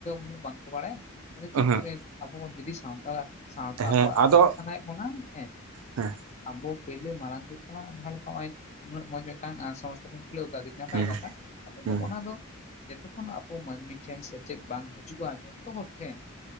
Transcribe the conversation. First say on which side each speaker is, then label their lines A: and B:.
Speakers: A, on the left; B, on the right.
A: ᱩᱱᱟᱹᱜ ᱵᱟᱝᱠᱚ ᱵᱟᱲᱟᱭᱟ ᱱᱤᱛᱚᱜ
B: ᱦᱮᱸ
A: ᱟᱵᱚ ᱵᱚᱱ ᱡᱩᱫᱤ ᱥᱟᱱᱛᱟᱲᱟᱜ ᱥᱟᱶᱛᱟ
B: ᱦᱮᱸ
A: ᱟᱵᱚᱣᱟᱜ
B: ᱟᱫᱚ
A: ᱞᱟᱦᱟ ᱥᱟᱱᱟᱭ ᱮ ᱵᱚᱱᱟ ᱦᱮᱸ
B: ᱦᱮᱸ
A: ᱟᱵᱚ ᱯᱳᱭᱞᱳ ᱢᱟᱲᱟᱝ ᱦᱩᱭᱩᱜ ᱠᱟᱱᱟ ᱡᱟᱦᱟᱸ ᱞᱮᱠᱟ ᱱᱚᱜᱼᱚᱭ ᱩᱱᱟᱹᱜ ᱢᱚᱡᱽ ᱢᱤᱫᱴᱟᱝ ᱥᱚᱝᱥ ᱠᱷᱩᱞᱟᱹᱣ ᱠᱟᱣ ᱱᱟᱯᱟᱭ
B: ᱦᱮᱸ
A: ᱠᱟᱛᱷᱟ ᱟᱫᱚ
B: ᱦᱮᱸ
A: ᱱᱚᱜᱼᱚᱱᱟ ᱫᱚ ᱡᱚᱛᱚᱠᱷᱚᱱ ᱟᱵᱚ ᱢᱟᱹᱱᱢᱤ ᱴᱷᱮᱱ ᱥᱮᱪᱮᱫ ᱵᱟᱝ ᱦᱤᱡᱩᱜᱼᱟ ᱡᱷᱚᱛᱚ ᱦᱚᱲ ᱴᱷᱮᱱ